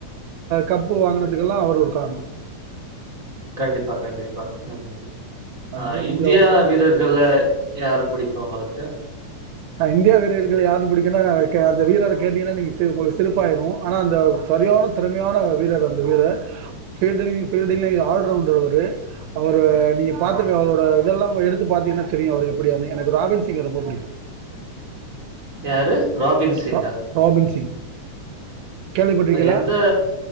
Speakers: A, on the right; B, on the right.
A: கப்பு கே வாங்கினதுக்கெல்லா அவர் ஒரு காரணம்
B: கண்டிப்பா கண்டிப்பா உம்
A: அதனால
B: ஆஹ்
A: கொஞ்சம்
B: இந்தியா
A: ஒரு
B: வீரர்கள்ல யாரு புடிக்கு உங்களுக்கு
A: இந்தியா வீரர்களை யாரு புடிக்குனா அந்த வீரர கேட்டீங்கனா நீங்க உங்களுக்கு சிரிப்பாயிரும் ஆனா அந்த சரியான திறமையான வீரர் அந்த வீரர் ஃபீல்டிங் ஃபீல்டிங்லயும் ஆல்ரவுண்டர் அவரு அவர் நீங்க பாத்துருபீங்க
B: ஆ.
A: அவரோட இதெல்லா எடுத்து பார்த்தீங்கனா தெரியு அவர் எப்படியானு எனக்கு ராபின்ஸ் ரித்திக்க ரொம்ப புடிக்கு
B: யாரு ராபின் சிங்.
A: ர ராபின் சிங் கேள்விப்பட்டிருக்கீங்களா
B: எந்த